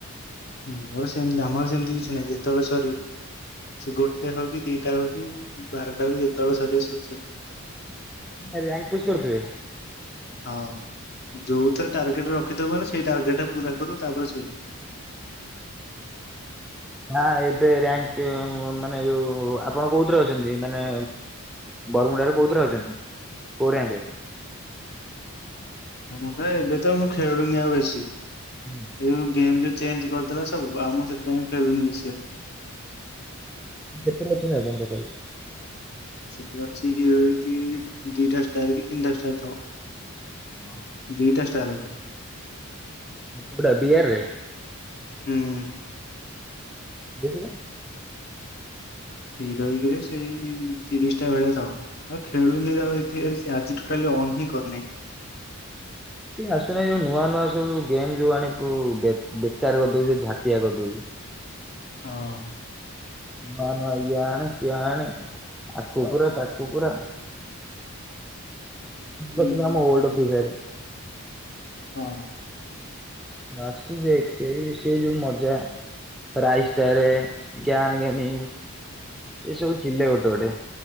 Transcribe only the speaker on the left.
ମୋର ସେମତି ଆମର ସେମିତି କିଛି ନାହିଁ ଯେତେବେଳେ ସରିବ। ସେ ଗୋଟେ ହଉ କି ଦିଟା ହଉ କି ବାରଟା ହଉ କି ଯେତେବେଳେ ସରିବ <unintelligible>
ହଁ ଯେଉଁଥିରେ ଟାର୍ଗେଟ୍ ରଖିଥିବ ମାନେ ସେଇ ଟାର୍ଗେଟ୍ ପୁରା କରୁ ତାପରେ ଶୋଇ
ହଉ ମଣ୍ଟୁ ଭାଇ ଏବେ ତ ମୁଁ ଖେଳୁନି ଆଉ ବେଶୀ।
ଯଉ ଗେମ ଯୋଉ ଚେଞ୍ଜ କରିଦଥିଲା ସବୁ ଆଉ ମୁଁ ସେଥିପାଇଁ ଖେଳୁନି ବେଶି ଆଉ।
ସେବେ ଅଛି ହିରୋଇ କି ଦିଟା ଷ୍ଟାର କି ତିନିଟା ଷ୍ଟାର ଥିବ।
ଦିଟା ଷ୍ଟାର ଵାଲା।
ହୁଁ
ହିରୋଇକିରେ ସେଇ ତିରିଶ ଟା ଭେଳିଆ ଥିବ। ହଁ ଖେଳୁନି ଆଉ ଏ ଆଜି ଟଟାଲି ଅନ୍ ହିଁ କରିନି।
ହଁ।
ହୁଁ
ହଁ।